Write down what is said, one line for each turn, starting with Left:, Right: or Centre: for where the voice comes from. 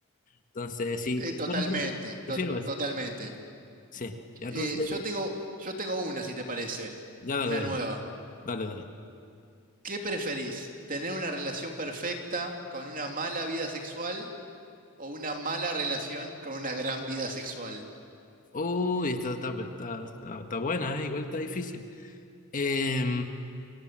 Left: Entonces, sí,
Right: Eh,
Left: pre-
Right: totalmente,
Left: bueno, prefiero,
Right: to-
Left: prefiero eso.
Right: totalmente.
Left: Sí, ya
Right: Eh,
Left: entonces,
Right: yo tengo, yo tengo una, si te parece,
Left: ya dale,
Right: una
Left: dale,
Right: nueva.
Left: dale, dale.
Right: ¿Qué preferís? ¿Tener una relación perfecta con una mala vida sexual o una mala relación con una gran vida sexual?
Left: Uy, está, está, está, está- está buena, ¿eh? Igual está difícil. Eh,